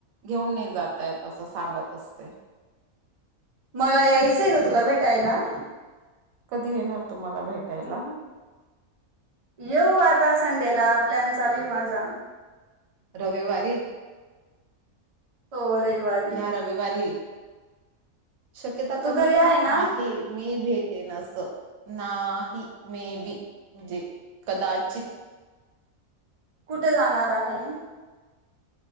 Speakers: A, on the right; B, on the right.
A: घेऊन नाही जात अस सांगत असते.
B: मला यायचंय <unintelligible>
A: कधी येणार तुम्हाला भेटायला
B: येऊ आता संडेला प्लॅन चालू माझा
A: रविवारी
B: हो रहिवारी
A: या रविवारी शक्यता कमी
B: घरी ना
A: आहे मे भेटेन अस नाही मे बी जी कदाच चित
B: कुठे जाणार आहे